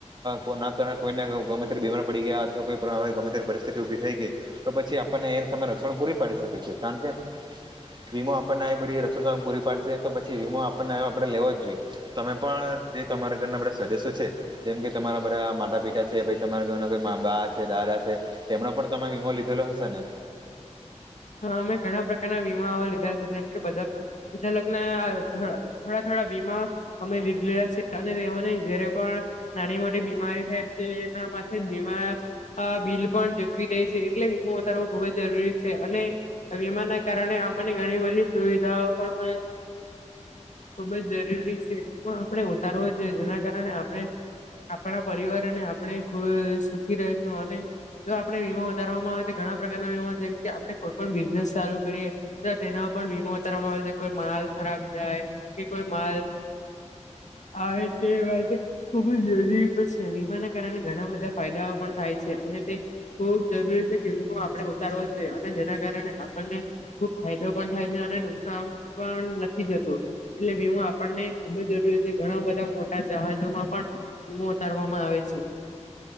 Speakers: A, on the right; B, on the left.
A: કેના કર કોઈને બીમાર પડી ગયા અથવા કોઈવે ગમે તે પરસ્થિતિ ઉભી થઈ ગઈ તો પછી આપણને એ સામે રક્ષણ પૂરી પાડી શકે છે, કારણ કે વીમો આપણનેધી રક્ષણ પૂરી પાડશે તો પછી વીમો આપણને આપણે લેવો જ જોઈએ તમે પણ જે તમારા ઘરના બધા સદસ્યો છે, જેમ કે તમારા બધા માટ પિતા છે. તમારા ઘરના કોઈ મા બા છે, દાદા છે, તેમનો પણ તમે વીમો લીધેલો હશે ને
B: હા અમે ઘણા પ્રકારના વીમાઓ લીધા છે, જેમ કે બધા લગને થોડા થોડા વીમા અમે લીધે લીધા છે, અને એને જયારે પણ નાની મોટી બીમારી થાય તે એના માટે જ બીમાર આ બિલ પણ ઝગવી દે છે, એટલે વીમો વધારવો ખુબ જ જરૂરી છે. અને વીમાના કારણે આપને ઘણી બધી સુવિધાઓ પણ ખુબ જ જરૂરી છે, એ પણ આપણે ઉતારવો જોઈએ જેના કારણે આપણે આપણા પરિવાર અને આપણે ખુશ સુખી રહેશું અને જો આપણે વીમો વધારવામાં આવે તો ઘણા પ્રકારના વીમા છે, આપણે કોઈપણ બિઝનેસ ચાલુ કરીએ તો તેના પણ વીમો ઉતારવામાં આવે છે, કોઈ માલ ખરાબ જાય, કે કોઈ માલ આવે તેવા, ખુબ જરૂરી છે, વીમાના કારણે ઘણા બધા ફાયદાઓ પણ થાય છે, અને તે ખુબ જરૂરી છે, વિમો આપણે ઉતારવો જ જોઈએ, અને જેના કારણે આપણને ખુબ ફાયદો પણ થાય છે, અને નુકસાન પણ નથી જતું. એટલે વીમો આપણને ખુબ જ જરૂરી છે, ઘણા બધા મોટા જહાજોમાં પણ વીમો ઉતારવામાં આવે છે.